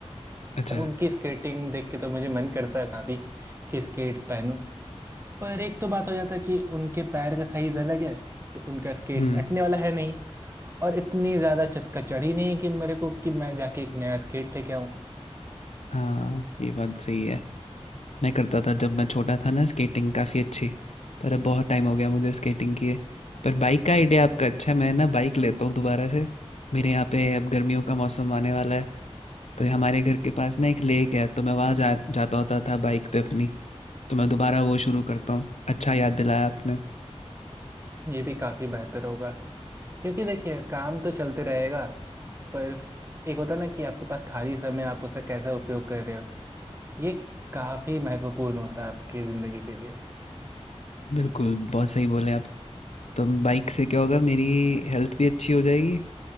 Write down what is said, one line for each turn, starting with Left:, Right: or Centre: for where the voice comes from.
Left: अच्छा
Right: और उनकी स्केटिंग देख के तो मुझे मन करता है काफ़ी कि स्केट्स पहनूं पर एक तो बात हो जाता है कि उनके पैर का साइज अलग है तो उनका स्केट्स
Left: हम्म
Right: अटने वाला है नहीं और इतनी ज़्यादा चस्का चढ़ी नहीं है कि मेरे को कि मैं जाके एक नया स्केट लेके आऊं
Left: हाँ ये बात सही है मैं करता था जब मैं छोटा था ना स्केटिंग काफ़ी अच्छी पर अब बहुत टाइम हो गया मुझे स्केटिंग किए पर बाइक का आइडिया आपका अच्छा है मैं ना बाइक लेता हूँ दोबारा से मेरे यहाँ पे अब गर्मियों का मौसम आने वाला है तो हमारे घर के पास ना एक लेक है तो मैं वहाँ जा जाता होता था बाइक पे अपनी तो मैं दोबारा वो शुरू करता हूँ अच्छा याद दिलाया आपने
Right: ये भी काफ़ी बेहतर होगा क्योंकि देखिए काम तो चलते रहेगा पर एक होता है ना कि आपके पास खाली समय आप उसका कैसा उपयोग कर रहे हो ये काफी महत्वपूर्ण होता है आपकी जिंदगी के लिए
Left: बिल्कुल बहुत सही बोले आप तो बाइक से क्या होगा मेरी हेल्थ भी अच्छी हो जाएगी